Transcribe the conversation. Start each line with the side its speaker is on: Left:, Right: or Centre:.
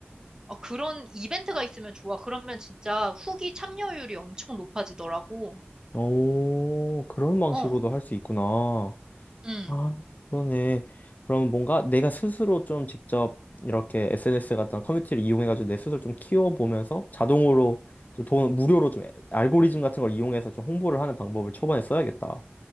Right: 어, 그런 이벤트가 있으면 좋아. 그러면 진짜 후기 참여율이 엄청 높아지더라고.
Left: 오, 그런 방식으로도
Right: 어,
Left: 할 수 있구나.
Right: 음,
Left: 아, 그러네. 그럼 뭔가 내가 스스로 좀 직접 이렇게 SNS 같은 커뮤니티를 이용해가지고 내 스스로 좀 키워보면서 자동으로 좀 돈, 무료로 좀 알고리즘 같은 걸 이용해서 좀 홍보를 하는 방법을 초반에 써야겠다.